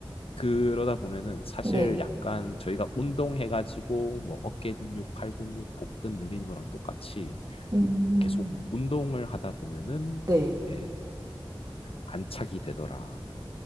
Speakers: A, on the left (about 85°); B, on the right (about 40°).
A: 그러다 보면은 사실
B: 네.
A: 약간 저희가 운동해가지고 뭐 어깨 근육, 팔 근육, 복근 늘리는 거랑 똑같이
B: 음,
A: 계속 운동을 하다 보면은
B: 네.
A: 이게 안착이 되더라.